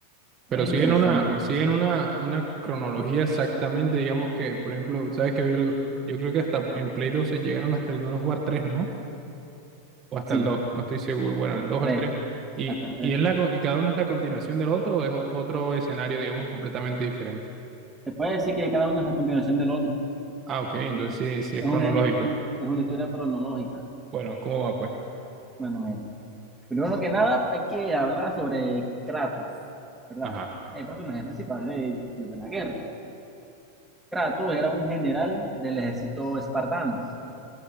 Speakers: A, on the right; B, in the centre.
A: Pero
B: Es
A: siguen
B: interesante.
A: una, siguen una, una cronología exactamente, digamos que, por ejemplo, sabes que había algo- yo creo que hasta en Play 2 se llegaron hasta el God of War 3, ¿no? o hasta
B: Sí,
A: el 2 no estoy seguro, bueno, el 2
B: tres,
A: o el 3, y,
B: hasta el tres.
A: y, es la, con- y cada uno es la continuación del otro o es o- otro escenario, digamos, completamente diferente.
B: Se puede decir que cada uno es la continuación del otro.
A: Ah, ok, entonces sí, sí es
B: Es
A: cronológico.
B: una, es un- es una historia cronológica.
A: Bueno, ¿cómo va pues?
B: Bueno, mira. Primero que nada, hay que hablar sobre Kratos, ¿verdad?
A: Ajá,
B: El personaje principal de, de la guerra. Kratos era un general del ejército espartano.